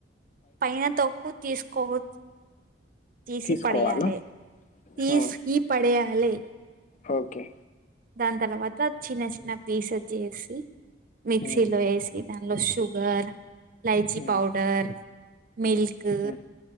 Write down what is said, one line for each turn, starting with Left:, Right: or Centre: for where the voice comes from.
Right: పైన తక్కు తీసుకోవద్ తీసి
Left: తీసుకోవాలా
Right: పడేయాలె, తీసి
Left: ఆ
Right: పడేయాలె
Left: ఓకే
Right: దాని తర్వాత చిన్న చిన్న పీసెస్ చేసి, మిక్సీలో
Left: ఉమ్
Right: ఏసి దానిలో షూ గర్, ఇలాయచి
Left: ఉమ్
Right: పౌడర్, మల్క్
Left: ఉమ్